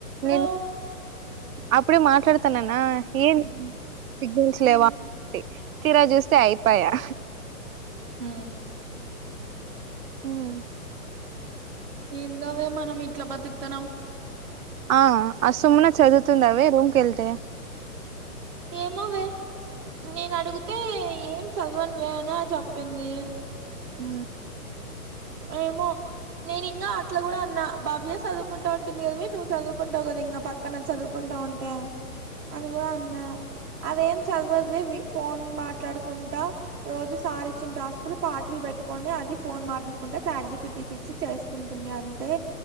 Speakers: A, on the right; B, on the right.
A: హలో
B: నేను అప్పుడే మాట్లాడుత న ఏం సిగ్నల్స్
A: ఉమ్
B: లేవా కరా చూస్తే అయిపోయా
A: హ
B: హుమ్
A: హందవే మనం ఇట్లా బతుకుతున్నాం
B: ఆ అసమున్న చదువుతుంది అవి రూమ్కి వెళ్తే
A: ఏం హవ నేను అడిగితే ఏం చదవనువే అనే చెప్పింది
B: ఉ
A: ఏమో నేను ఇంకా అట్లా కూడా అన్న భవ్య చదువుకుంటా ఉంటుంది వే నువ్వు చదువుకుంటావు కద ఇంకా పక్కన చదువుకుంటా ఉంటే అని కూడా అన్నా అదేం చదువద్వి ఫోన్ మాట్లాడుకుంటా రోజు సారిచ్చిన టాస్కులు పాటలు పెట్టుకొని అది ఫోన్ మాట్ కుంటే చార్జిపి టీకి ఇచ్చి చేసుకుంటుంది అంతే